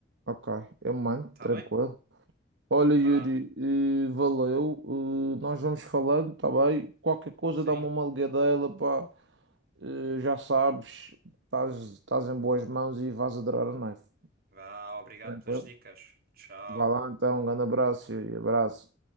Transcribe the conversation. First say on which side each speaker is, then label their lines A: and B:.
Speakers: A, on the right (about 75°); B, on the right (about 55°).
A: ok, eu mando,
B: Tá
A: tranquilo.
B: bem?
A: Olha, Yuri,
B: Vá.
A: eh, valeu. eh, nós vamos falando, tá bem? Qualquer coisa
B: Sim.
A: dá-me uma ligadela, pá. Eh, já sabes, estás, estás em boas mãos e vais adorar a Knife.
B: Vá, obrigado
A: Tranquilo?
B: pelas dicas. Tchau.
A: Vá lá então, um grande abraço, Yuri. Abraço.